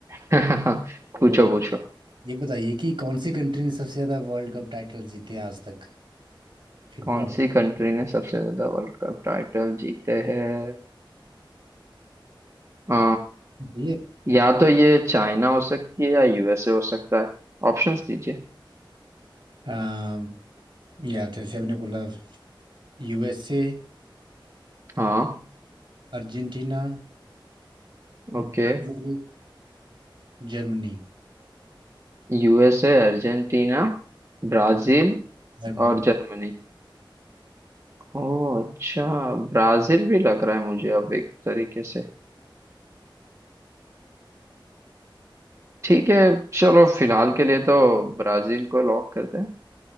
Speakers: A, on the right; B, on the right.
A: <laughs>
B: तो
A: पूछो पूछो
B: ये बताइए कि कौन सी कंट्री ने सबसे ज़्यादा वर्ल्ड कप टाइटल जीते हैं आज तक फीफा
A: कौन सी कंट्री ने सबसे ज्यादा वर्ल्ड कप टाइटल जीते हैं आ,
B: ये
A: या तो ये चाइना हो सकती है या यूएसए हो सकता है ऑप्शंस दीजिए
B: अम, या जैसे आपने बोला USA
A: हाँ
B: Argentina
A: ओके
B: Brazil Germany
A: यूएसए अर्जेंटीना ब्राजील
B: Germany
A: और जर्मनी ओह अच्छा ब्राजील भी लग रहा है मुझे अब एक तरीके से ठीक है चलो फिलहाल के लिए तो ब्राजील को लॉक करते हैं